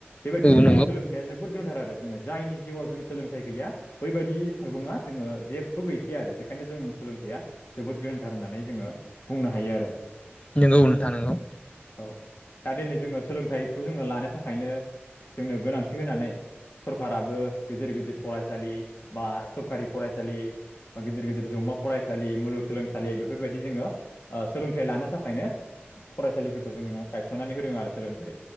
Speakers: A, on the left (about 60°); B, on the left (about 30°).
A: बेबायदिनो जोङो
B: नंगौ
A: सोलोंथाइया जोबोद गोनांथार आरो जोङो जायनि जिउआव जों सोलोंथाइ गैया बैबायदि सुबुङा जोङो जेबो गैखाया आरो बेखायनो जों सोलोंथाइया जोबोद गोनांथार होननानै जोङो बुंनो हायो आरो
B: नोंगौ नोंथां नोंगौ।
A: औ दा दिनै जोङो सोलोंथाइखौ जोङो लानो थाखायनो जोंनो गोनांथि होनानै सरखाराबो गिदिर गिदिर फरायसालि बा सरखारि फरायसालि बा गिदिर गिदिर जौमा फरायसालि मुलुगसोलोंसालि बेफोरबायदि जोङो ओ सोलोंथाइ लानो थाखायनो फरायसालिफोरखौ जोङो गायसननानै होदों आरो सोलोंथाइ